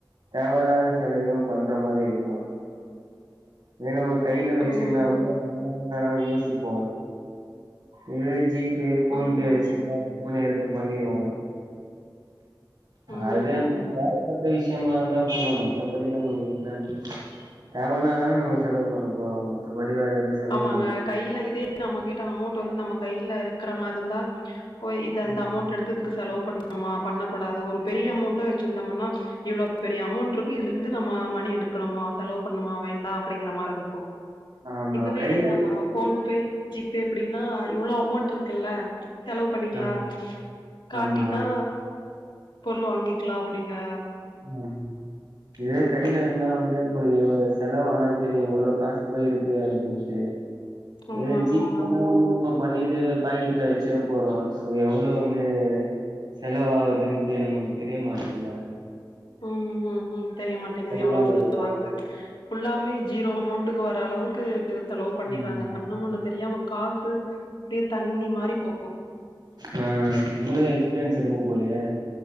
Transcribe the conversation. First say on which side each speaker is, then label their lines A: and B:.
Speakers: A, on the right (about 65°); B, on the left (about 75°).
A: தேவல்லாத செலவுயு பண்ற மாரி இருக்கு இதே நம்ம கைல வச்சிருந்தா
B: ம்
A: கூட பண்லாமா வேணாமா யோஸ் சிபோ இதுவே ஜீபே ஃபோன்
B: ம்
A: பே வச்சிருந்தா புக் பண்ணி எடுத்து பண்ணி போ
B: ம்
A: அது தேவப்பட்ட விஷயமாருந்தா பண்ணுவோ மத் மத்தபடி நம்ளுக்கு என்ன தேவனா தான <inaudible> பண்ண போறோ மத்தபடி வேற எதுவு செலவு
B: ஆமாங்க
A: பண்ண
B: கைல இதே நமக் டா அமௌண்ட் வந்து நம்ம கைல இருக்குற மாரிருந்தா ஓ இது அந்த
A: ம்
B: அமௌண்ட் எடுத்து இதுக் செலவு பண்ணுமா பண்ணக்கூடாது ஒரு பெரிய அமௌண்ட் டு வச்சிருந்தம் னா இவ்ளோ பெரிய அமௌண்ட்ருக்கு இதுலருந்து நம்ம அ மணி எடுக்கணுமா செலவு பண்ணுமா வேண்டா அப்டிங்ற மாரிருக்கு
A: ஆமா
B: இதுவே
A: கையில
B: நம்ம
A: இருந்து
B: ஃபோன் பே ஜீபே அப்டின்னா இவ்ளோ அமௌண்ட்ருக்குல்ல செலவு பண்ணிக்லா
A: ஆ
B: காட்டினா
A: ஆமா
B: பொருள் வாங்கிக்லா அப்டிங்ற
A: <unintelligible> இதுவே கைலருந்தா வந்து உங்ளுக்கு செலவானா தெரியு இவ்ளோ காஸ் போயிருக்கு அப்டின்ட்டு
B: ஆமா
A: இதே ஜீ
B: ஆமா
A: பேனா <inaudible> பண்ணிட்டு பாக்கெட்ல வெச்சிர போறோ சோ எவ்ளோன்னு செலவாவுதுன்ட்டு நம்ளுக்கு தெரிய மாட்டுதுல
B: ம் ம் ம் தெரியமாட்டேங்குது எவ்ளோ
A: தா
B: செலவாகுது
A: இது
B: ஃபுல்லாமே ஜீரோ அமௌண்ட்டுக்கு வர அளவுக்கு கு செலவு பண்ணிர்றாங்க
A: ம்
B: கண்ணு முன்னு தெரியாம காசு அப்டே தண்ணி மாரி போ
A: ஆ உங்களுக்கு எக்ஸ்பீரியன்ஸ் இருக்கும் போலியே